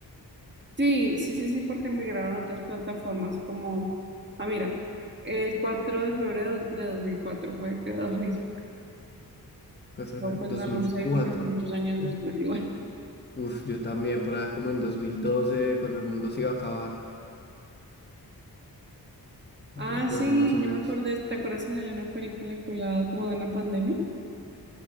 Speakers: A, on the right; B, on the left.
A: Sí, sí, sí, sí, porque migraron a otras plataformas como, ah, mira, el 4 de febrero de 2004 fue creado <laughs> Facebook.
B: Cuatro-
A: No, pues
B: 2004.
A: no lo usé sino muchos años después,
B: Mm.
A: igual.
B: Uf, yo también, por ahí como en 2012, cuando el mundo se iba a acabar, me
A: Ah,
B: acuerdo
A: sí,
B: más o menos.
A: ya me acordé. ¿Te acuerdas que salió una película que hablaba como de una pandemia?